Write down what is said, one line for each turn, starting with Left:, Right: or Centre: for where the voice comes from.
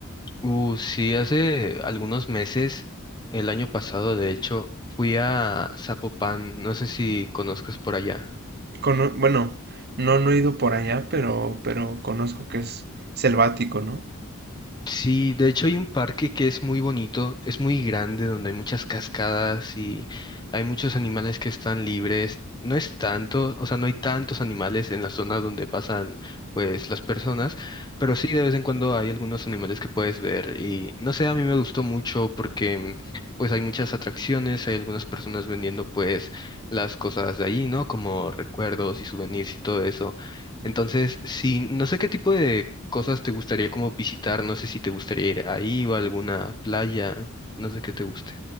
Left: Uh, sí, hace algunos meses, el año pasado, de hecho, fui a Zapopan, no sé si conozcas por allá.
Right: Cono- bueno, no, no he ido por allá, pero, pero conozco que es selvático, ¿no?
Left: Sí, de hecho hay un parque que es muy bonito, es muy grande, donde hay muchas cascadas y hay muchos animales que están libres. No es tanto, o sea, no hay tantos animales en la zona donde pasan, pues, las personas, pero sí de vez en cuando hay algunos animales que puedes ver y no sé, a mí me gustó mucho porque, mm, pues, hay muchas atracciones, hay algunas personas vendiendo, pues, las cosas de allí, ¿no? Como recuerdos y souvenirs y todo eso. Entonces, sí, no sé qué tipo de cosas te gustaría como visitar, no sé si te gustaría ir ahí o a alguna playa, no sé qué te guste.